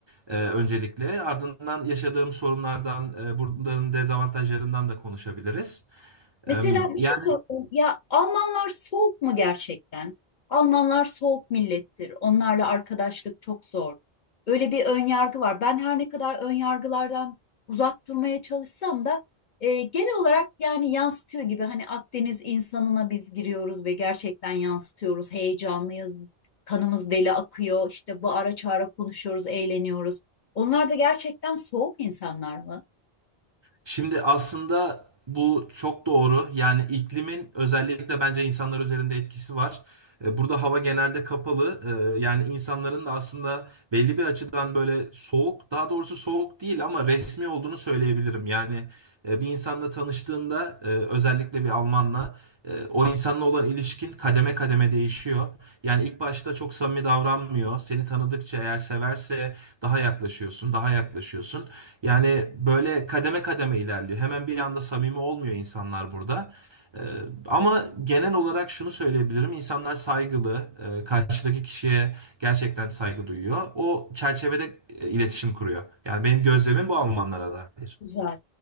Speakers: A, on the right (about 35°); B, on the left (about 55°).
A: Ee, öncelikle ardından yaşadığım sorunlardan, e, bunların dezavantajlarından da konuşabiliriz.
B: Mesela
A: Ee,
B: bir
A: yani
B: şey sorayım. Ya Almanlar soğuk mu gerçekten? Almanlar soğuk millettir. Onlarla arkadaşlık çok zor. Öyle bir ön yargı var. Ben her ne kadar ön yargılardan uzak durmaya çalışsam da e, genel olarak yani yansıtıyor gibi hani Akdeniz insanına biz giriyoruz ve gerçekten yansıtıyoruz. Heyecanlıyız. Kanımız deli akıyor. İşte bu ara çağıra konuşuyoruz, eğleniyoruz. Onlar da gerçekten soğuk insanlar mı?
A: şimdi aslında bu çok doğru. Yani iklimin özellikle bence insanlar üzerinde etkisi var. E, Burada hava genelde kapalı. E, Yani insanların da aslında belli bir açıdan böyle soğuk, daha doğrusu soğuk değil ama resmi olduğunu söyleyebilirim. Yani e, bir insanla tanıştığında e, özellikle bir Almanla e, o insanla olan ilişkin kademe kademe değişiyor. Yani ilk başta çok samimi davranmıyor. Seni tanıdıkça eğer severse daha yaklaşıyorsun, daha yaklaşıyorsun. Yani böyle kademe kademe ilerliyor. Hemen bir anda samimi olmuyor insanlar burada. Ee, ama genel olarak şunu söyleyebilirim. İnsanlar saygılı, e, karşıdaki kişiye gerçekten saygı duyuyor. O çerçevede e, iletişim kuruyor. Yani benim gözlemim bu Almanlara dair.
B: Güzel.